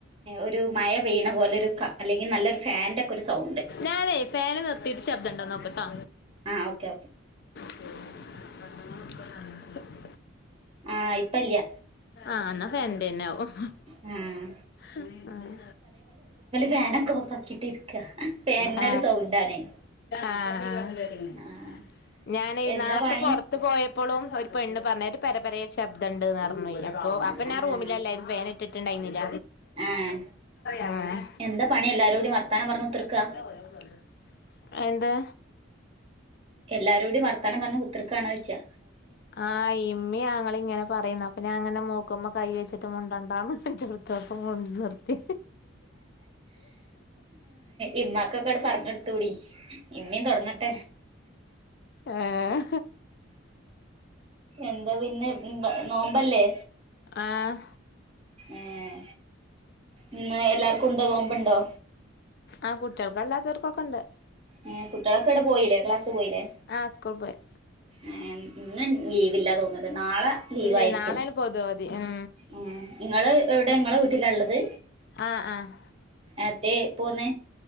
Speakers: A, on the right; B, on the left.
A: ഒരു മഴ പെയ്യിണെ പോലൊരു കാ അല്ലെങ്കി നല്ലൊരു ഫാൻൻ്റെ ക്കൊരു സൗണ്ട്.
B: ഞാനേ ഫാൻ നിർത്തിട്ട് ശബ്ദണ്ടോ നോക്ക്ട്ടോ.
A: ആഹ് ഓക്കെ ഓക്കെ
B: പറപ്പ <inaudible>
A: ആഹ് ഇപ്പല്ല്യ
B: ആഹ് ന്നാ ഫാൻൻ്റെന്ന്യാവും
A: ഉം ഉം
B: ആഹ്
A: ഫാനൊക്കെ ഓഫ് ആക്കിട്ട് ഇരിക്ക ഫാനിനൊരു
B: ആഹ്
A: സൗണ്ടാണേ
B: ആഹ്
A: ആഹ്
B: ഞാന്
A: എന്താ
B: നേര്ത്തെ
A: പണി
B: പൊറ് ത്ത് പോയപ്പളും ഒരു പെണ്ണ് പർഞ്ഞ് ഒരു പെരെ പെരേ ശബ്ദണ്ട്ന്നർഞ്ഞൊയ് അപ്പോ
A: ആഹ്
B: അപ്പൊ
A: ആഹ്
B: ഞാൻ റൂമിലലെര് ഫാനിട്ട്ട്ട്ണ്ടായിന്നില്ല
A: ആഹ്
B: ആഹ്
A: എന്താ പണി എല്ലാരൂടി വർത്താനം പറഞ്ഞ് കുത്തിർക്കാ
B: അഹ് എന്താ?
A: എല്ലാരൂടിം വർത്താനം പർഞ്ഞ് കുത്തൃക്കാണോയ്ച്ചാ
B: ആഹ് ഇമ്മിം ആങ്ങളിം ങ്ങനെ പറയുന്ന അപ്പൊ ഞാ ങ്ങനെ മൂക്ക്മ്മേ കൈ വെച്ചിട്ട് മുണ്ടാണ്ടന്ന് കാണ്ച്ചപ്പത്തപ്പ മുൻ നിർത്തി
A: ഇമ്മാക്കൊക്കട് പർഞ്ഞെട്തൂടി ഇമ്മിം തൊടങ്ങട്ടെ
B: ഏഹ്
A: എന്താ പിന്നെ എന്താ നോമ്പല്ലേ?
B: ആഹ്
A: ഏഹ് ഇന്ന് എല്ലാർക്കുണ്ടോ നോമ്പ്ണ്ടോ?
B: ആഹ് കുട്ട്യെൾക്കെല്ലാത്തോർക്കൊക്കെണ്ട്.
A: ഉം കുട്ട്യെളൊക്കെ വടെ പോയില്ലേ ക്ലാസ് പോയില്ലേ?
B: ആഹ് സ്കൂൾ പോയി.
A: ഏഹ് ഇന്ന് ലീവില്ലാ തോന്ന്ണ്ട് നാളെ ലീവായിരിക്കും
B: ഇല്ലേ നാളെണ് പൊതു അവധി ഉം
A: ഉം ഇങ്ങള് എവടെ ഇങ്ങളെ വീട്ടിലാള്ളത്?
B: ആഹ് ആഹ്
A: അത്തെ പോന്നെ